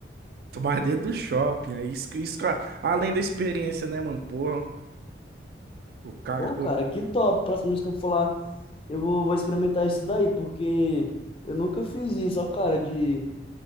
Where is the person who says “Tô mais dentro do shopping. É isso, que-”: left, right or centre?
Right